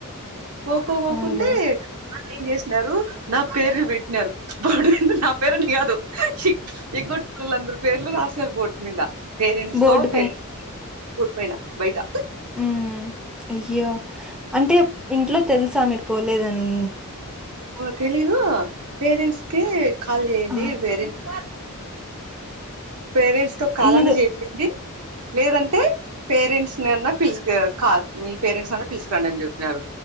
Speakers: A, on the right; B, in the centre.
A: పోకోకుంటే
B: అవునులే
A: <unintelligible> ఏం చేసినారు నా పేరుని పెట్టినారు బాడు కంది నా పేరుని కాదు ఎగొట్ వాళ్ళందరు పేర్లు రాసారు బోర్డు మీద పేరెంట్స్
B: బోర్డు
A: తో <unintelligible> బయట
B: ఉ అయ్యా అంటే ఇంట్లో తెలుసా మీరు పోలేదని
A: ఓ తెలీదు పేరెంట్స్ కి కాల్ చేయండి
B: ఆహా!
A: పేరెంట్స్ పేరెంట్స్ తో కాల్
B: మీరు
A: అన్న చేపిండి లేదంటే పేరెంట్స్ నన్నా పిలుసు మీ పేరెంట్స్ అన్నా పిలుచుకురాండి అని చెప్పినారు